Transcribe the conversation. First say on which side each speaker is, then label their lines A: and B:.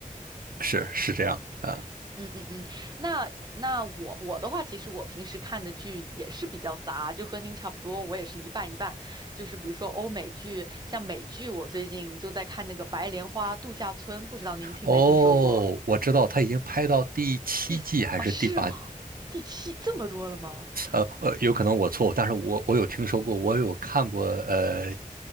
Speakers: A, on the right; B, on the right.
A: 是是这样啊。
B: 嗯嗯嗯，那那我我的话，其实我平时看的剧也是比较杂，就和您差不多，我也是一半一半。就是比如说欧美剧，像美剧，我最近就在看那个《白莲花度假村》，不知道您听没听说过？
A: 哦，我知道他已经拍到第七季还是第八季，
B: 第四，哦，是吗？第七，这么多了吗？<laughs>
A: 呃，有可能我错误，但是我我有听说过，我有看过，呃，